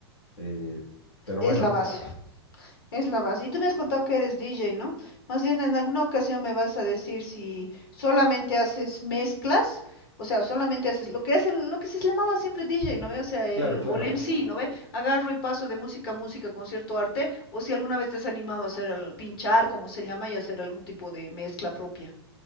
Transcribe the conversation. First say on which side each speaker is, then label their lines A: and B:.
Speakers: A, on the left; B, on the left.
A: Eh, pero
B: Es
A: bueno,
B: la base, es la base. Y tú me has contado que eres DJ, ¿no? Más bien en alguna ocasión me vas a decir si solamente haces mezclas, o sea, solamente haces lo que es el- lo que se llamaba siempre DJ, ¿no ve? O sea, el
A: claro, claro.
B: o el MC, ¿no ve? Agarro y paso de música a música, concierto a arte, o si alguna vez te has animado a hacer el pinchar, como se llama, y hacer algún tipo de mezcla propia.